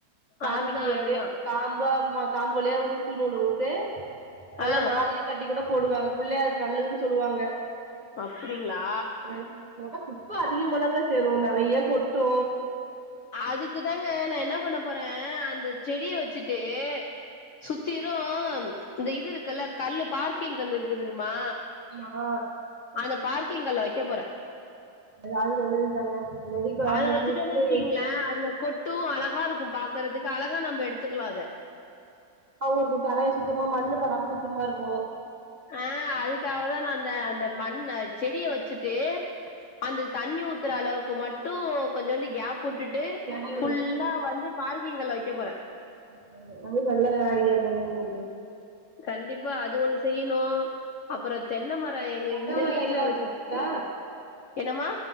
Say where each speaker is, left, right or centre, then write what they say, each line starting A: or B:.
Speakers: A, on the right (about 60°); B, on the left (about 75°).
A: சாமிக்கு
B: அதுதான் அதுதான்.
A: அப்டியே காம்பா அம்மா காம்பு வழியா ஊசி நூலு ஊத்து நல்லா
B: ஆ
A: மாலயா கட்டி கூட போடுவாங்க பிள்ளையார்கு நல்லதுன்னு சொல்லுவாங்க
B: அப்டீங்ளா
A: ம் போனா குப்ப அதிகமதா சேரு நெறைய கொட்டு
B: அதுக்கு தாங்க நா என்ன பண்ண போற அந்த செடிய வெச்சுட்டு சுத்திரு இந்த இது இருக்குல்ல கல்லு பார்க்கிங் கல்லு இருக்கு தெரிமா
A: ஆமா
B: அந்த பார்கிங் கல்ல வெக்க போறே
A: அதாவது நல்லதுதாங்க இல்லாட்டி காம்ப
B: அத வெச்சுட்டோனு
A: கூட்டியே
B: வெச்சுக்கங்களே அதுல கொட்டு அழகா இருக்கு பாக்கறதுக்கு அழகா நம்ம எடுத்துக்கலா அத
A: அவங்கருக்கு தரை சுத்தமா மண்ணு பாடாம சுத்தமா இருக்கு
B: ஆ அதுக்காகதா நா அந்த அந்த மண்ண செடிய வெச்சுட்டு அந்த தண்ணி ஊத்தற அளவுக்கு மட்டு கொஞ்சோண்டு கேப் உட்டுட்டு
A: எடையில
B: ஃபுல்லா
A: விட்டுட்டு
B: வந்து பார்க்கிங்ல வெக்க போற
A: ஆமா ஆமாங்க அது நல்ல ஐடியா தாங்க உங்குலுது
B: கண்டிப்பா அது ஒண்ணு செய்யணு அப்ரோ தென்னமரோ எங்க
A: பழ
B: இந்த
A: வகையெல்லா
B: வீட்டுல இருப்போ
A: வச்சிருக்கீங்களா
B: என்னம்மா